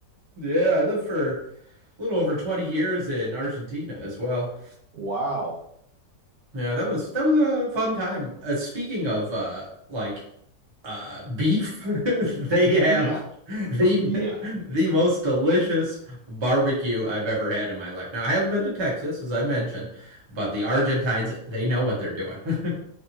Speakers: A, on the right; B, on the right.
A: yeah, I lived for a little over 20 years in Argentina as well.
B: Wow.
A: Yeah, that was that was a fun time. Uh, speaking of uh like uh beef, <laughs> they
B: Yeah,
A: have the
B: yeah,
A: the most delicious barbecue I've ever had in my life. Now, I haven't been to Texas, as I mentioned, but the Argentines, they know what they're doing. <laughs>